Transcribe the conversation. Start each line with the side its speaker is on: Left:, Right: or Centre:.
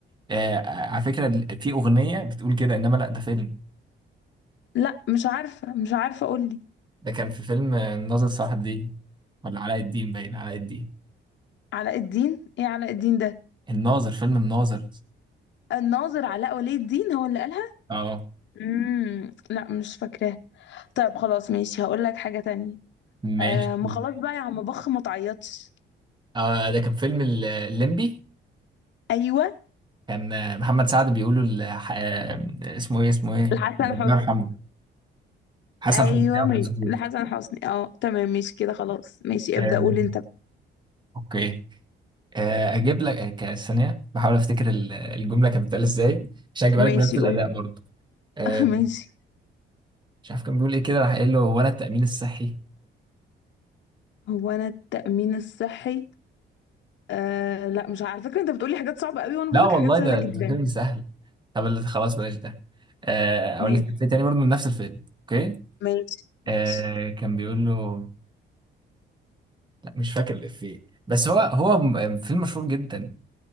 Right: آه على فكره ال- في اغنيه بتقول كده انما لا ده فيلم
Left: لا مش عارفه مش عارفه اقول لي
Right: ده كان في فيلم آه، الناظر صلاح الدين ولا علاء الدين باين علاء الدين
Left: علاء الدين ايه علاء الدين ده
Right: الناظر فيلم الناظر
Left: الناظر علاء ولي الدين هو اللي قالها
Right: اه
Left: امم لا مش فاكراه طيب خلاص ماشي هقول لك حاجه تانية
Right: ماشي
Left: آه ما خلاص بقى يا عم بخ ما تعيطش
Right: آه ده كان فيلم ال- الليمبي
Left: ايوه
Right: كان آه، محمد سعد بيقولوا ال- ح- آه، اسمه ايه اسمه ايه
Left: لحسن
Right: الله
Left: حسني
Right: يرحمه حسن
Left: ايوه
Right: حسني
Left: مي...
Right: اه مظبوط
Left: لحسن حسني اه تمام ماشي كده خلاص ماشي
Right: آه،
Left: ابدأ قول انت
Right: اوكي آه، اجيب لك آه، ك- ثانيه بحاول افتكر ال- الجمله كانت بتتقال ازاي عشان اجيبها
Left: ماشي
Right: لك بنفس الاداء
Left: قول
Right: برضه آه،
Left: <laughs> ماشي
Right: مش عارف كان بيقول ايه كده راح قايل له هو انا التامين الصحي
Left: هو انا التأمين الصحي آه لا مش عارفة. على فكرة انت بتقولي حاجات صعبة قوي وانا
Right: لا
Left: بقولك
Right: والله
Left: حاجات سهلة
Right: ده
Left: جدا
Right: ده فيلم سهل طب اللي خلاص بلاش ده آه،
Left: ماشي
Right: اقول لك فيلم تاني برضه من نفس الفيلم اوكي
Left: ماشي
Right: آه،
Left: ماشي
Right: كان بيقول له لا مش فاكر الإفيه بس هو هو م- فيلم مشهور جدا